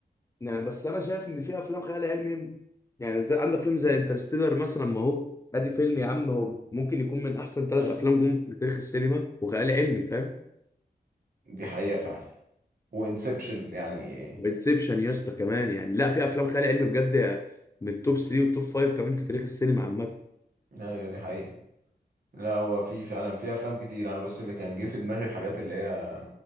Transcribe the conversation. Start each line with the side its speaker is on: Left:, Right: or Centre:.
Left: يعني بس انا شايف ان في افلام خيال علمي يعني زي عندك فيلم زي انترستيلر مثلا ما هو ادي فيلم يا عم هو ممكن يكون من احسن ثلاث
Right: بس
Left: افلام جم في تاريخ السينما وخيال علمي فاهم
Right: دي حقيقة فعلا وانسبشن يعني
Left: وانسبشن يا اسطى كمان يعني لا في افلام خيال علمي بجد من التوب 3 والتوب 5 كمان في تاريخ السينما عامه
Right: ايوه دي حقيقة لا هو في فعلا في افلام كتير انا بس اللي كان جه في دماغي الحاجات اللي هي